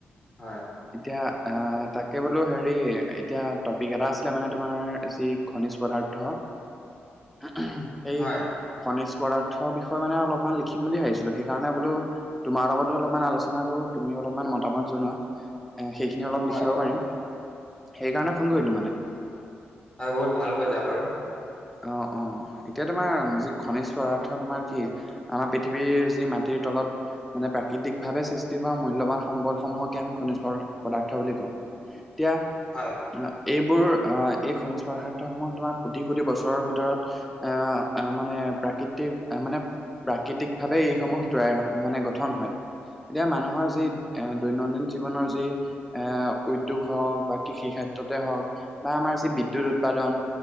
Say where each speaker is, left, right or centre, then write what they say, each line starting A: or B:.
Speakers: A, on the left; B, in the centre.
A: হয়। <inaudible>
B: এতিয়া অ তাকে বোলো হেৰি এতিয়া টপিক এটা আছিলে মানে তোমাৰ যি <unintelligible> খনিজ পদাৰ্থ <unintelligible> সেই
A: হয়
B: খনিজ পদাৰ্থৰ বিষয়ে মানে অলপ অলমান লিখিম বুলি ভাবিছিলোঁ। সেইকাৰণে বোলো তোমাৰ লগতো অলপমান আলোচনা কৰোঁ। তুমি অলপমান মতামত জনোৱা। <unintelligible> এ সেইখিনি অলপ লিখিব
A: হয় হয়।
B: পাৰিম। সেই
A: উম
B: কাৰণে ফোন কৰিলো মানে। <unintelligible>
A: হয়, বহুত ভাল কৰিলা বাৰু। <inaudible>
B: অঁ-অঁ, এতিয়া তোমাৰ যি খনিজ পদাৰ্থ তোমাৰ কি? <inaudible> আমাৰ পৃথিৱীৰ যি মাটিৰ তলত <unintelligible> মানে প্ৰাকৃতিকভাৱে সৃষ্টি হোৱা মূল্যৱান সম্পদসমূহকে আমি খনিজ <unintelligible> পদাৰ্থ বুলি কওঁ। এতিয়া <unintelligible>
A: হয়
B: এইবোৰ আহ এই খনিজ পদাৰ্থসমূহ তোমাৰ কোটি কোটি বছৰৰ ভিতৰত এ এ মানে প্ৰাকৃতিক মানে প্ৰাকৃতিক ভাৱে এইসমূহ তৈয়াৰ মানে গঠন হয়। এতিয়া মানুহৰ যি এ দৈনন্দিন জীৱনৰ যি এ উদ্যোগ হওক বা কৃষি ক্ষেত্ৰতে হওক বা আমাৰ যি বিদ্যুৎ উৎপাদন,